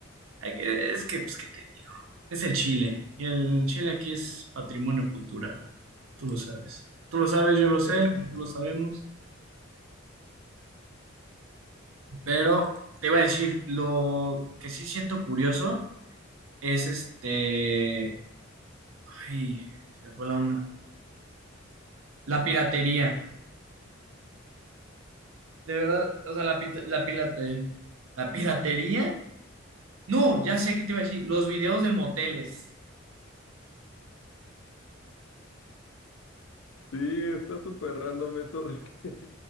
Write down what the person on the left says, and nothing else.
Eh,
Sí, está súper random eso de que